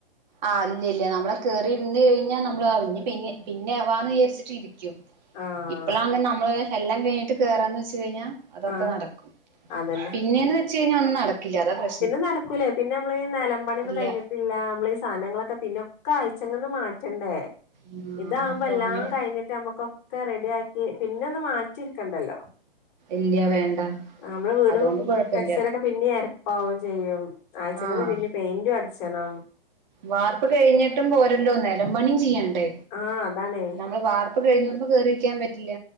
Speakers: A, on the right; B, on the left.
A: ആ അല്ലല്ല നമ്മളെ കേറി ഇരുന്ന് കഴിഞ്ഞാൽ നമ്മൾ അവര് പിന്ന പിന്നെ ആവാന്ന് വിചാരിച്ചിട്ട് ഇരിക്കും
B: ആഹ്
A: ഇപ്പളാ അങ്ങ് നമ്മള് എല്ലാം കഴിഞ്ഞിട്ട് കേറാന്ന് വെച്ച് കഴിഞ്ഞാൽ അതൊക്കെ
B: ആഹ്
A: നടക്കും
B: അതന്നെ
A: പിന്നേന്ന് വെച്ച് കഴിഞ്ഞാൽ ഒന്നും നടക്കില്ല പ്ര
B: പിന്നെ നടക്കൂലേ പിന്നെ നമ്മള് ഈ നിലമ്പണിന്നും
A: ഇല്ല
B: കഴിഞ്ഞിട്ടില്ല നമ്മള് ഈ സാധനങ്ങളൊക്കെ പിന്നൊക്കെ ആഴ്ച്ചങ്ങങ്ന്ന് മാറ്റണ്ടേ
A: ആഹ്
B: ഇതകുമ്പോ
A: അപ്പൊ
B: എല്ലാം
A: അങ്ങനെ
B: കഴിഞ്ഞിട്ട് നമ്മുക്ക് ഒക്കെ റെഡിയാക്കി പിന്നെ ഒന്ന് മാറ്റിയെടുക്കണ്ടല്ലോ
A: ഇല്ല വേണ്ട
B: നമ്മള് വീടും
A: അതുകൊണ്ട് കൊഴപ്പല്ല
B: പരിസരൊക്കെ പിന്ന ആ പ്പവും ചെയ്യും ആയ്ച്ചങ്ങന്ന്
A: ആഹ്
B: പിന്നെ പെയിന്റും അടിച്ചണം
A: വാർപ്പ് കഴിഞ്ഞിട്ടും പോരല്ലോ നിലം പണിയും ചെയ്യണ്ടേ
B: ആഹ് അതാണ്
A: നമ്മള് വാർപ്പ് കഴിഞ്ഞോരുമ്പോ കേറിയിരിക്കാൻ പറ്റില്ല